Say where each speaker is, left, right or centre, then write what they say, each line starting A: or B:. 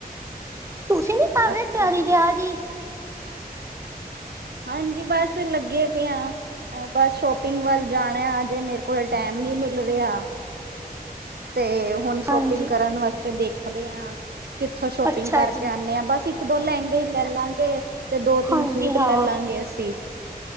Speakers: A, on the right (about 15°); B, on the right (about 85°).
A: ਤੁਸੀਂ ਨੀ ਕਰਦੇ
B: ਅੱਛਾ
A: ਤਿਆਰੀ
B: ਜੀ
A: ਵਿਆ ਦੀ।
B: ਹਾਂਜੀ ਬਸ ਲੱਗੇ ਪੇ ਆਂ, ਬਸ ਸ਼ੋਪਿੰਗ ਵੱਲ ਜਾਣਾ ਅਜੇ ਮੇਰੇ ਕੋਲ ਟੈਮ ਨੀ ਮਿਲ ਰਿਆ। ਤੇ ਹੁਣ ਸ਼ੋਪਿੰਗ
A: ਹਾਂਜੀ
B: ਕਰਨ ਵਸਤੇ ਦੇਖਦੇ ਆਂ, ਕਿੱਥੋਂ ਸ਼ੋਪਿੰਗ
A: ਅੱਛਾ
B: ਕਰਕੇ
A: ਜੀ
B: ਆਨੇ ਆ ਬਸ ਇੱਕ ਇੱਕ-ਦੋ ਲੈਂਗੇ ਈ ਲੈਲਾ ਗੇ। ਤੇ ਦੋ-ਤਿੰਨ
A: ਹਾਂਜੀ
B: ਸੂਟ ਲੈ
A: ਹਾਂ
B: ਲਾਂਗੇ ਅਸੀਂ,